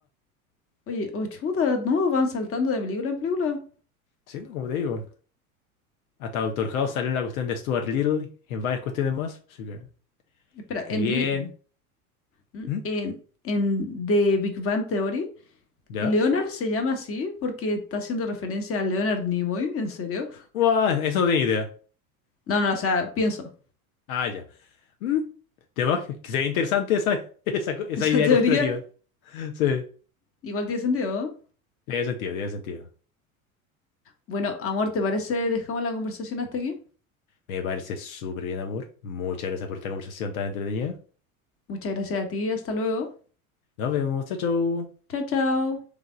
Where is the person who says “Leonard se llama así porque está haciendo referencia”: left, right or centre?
Left